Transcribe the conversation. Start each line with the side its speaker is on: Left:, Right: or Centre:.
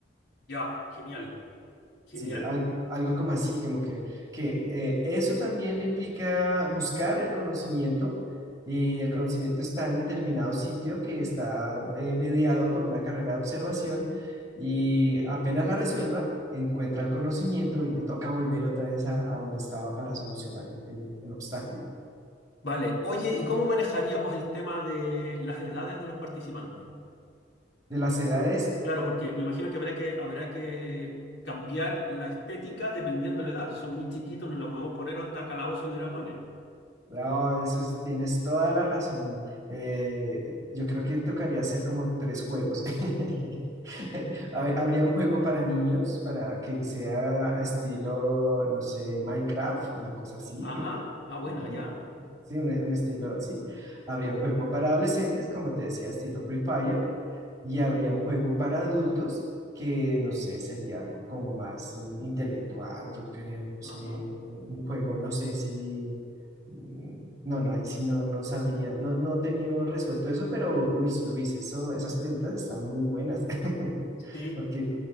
Left: Ya, genial, genial.
Right: Sí, algo, algo como así, como que, que eh, eso también le implica buscar el conocimiento y el conocimiento está en determinado sitio que está eh, mediado por una carrera de observación y apenas la resuelva, encuentra el conocimiento y le toca volver otra vez a, a donde estaba para solucionar el, el el obstáculo.
Left: Vale, oye, ¿y cómo manejaríamos el tema de las edades de los participantes?
Right: De las edades,
Left: Claro, porque me imagino que habrá que, habrá que cambiar la estética dependiendo de la edad. Si son muy chiquitos, no lo podemos poner onda calabozos y dragones.
Right: No, eso es- tienes toda la razón. Eh, yo creo que tocaría hacer como tres juegos. <laughs> A ver, Habría un juego para niños, para que sea estilo, no sé, Minecraft, una cosa así.
Left: Ajá, ah, buena,
Right: eh,
Left: ya.
Right: Sí, un, un estilo así. Habría un juego para adolescentes, como te decía, estilo Free Fire y habría un juego para adultos que, no sé, sería algo como más in- intelectual, yo creo, no sé,
Left: Ajá,
Right: un juego, no sé si, mm, no, no, ahí sí no, no sabría, no, no he tenido resuelto eso, pero, uy, Luis, eso, esas preguntas están muy buenas, <laughs>
Left: sí,
Right: porque,